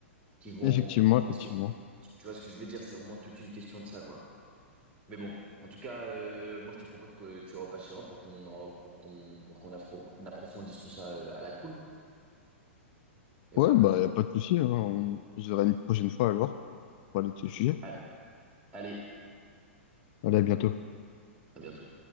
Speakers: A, on the right; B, on the left.
A: qui vont,
B: effectivement,
A: tu
B: effectivement.
A: vois, parce que, tu tu vois ce que je veux dire, c'est vraiment toute une question de ça, quoi. Mais bon, en tout cas, euh, moi je te propose que tu repasses chez moi pour qu'on en, pour qu'on, pour qu'on affro- approfondisse tout ça euh, à la cool. Et voilà,
B: Ouais,
A: quoi.
B: bah, y a pas de souci, hein. On on se verra une prochaine fois alors pour parler de ce sujet.
A: Ah, Allez,
B: Allez, à bientôt.
A: à bientôt.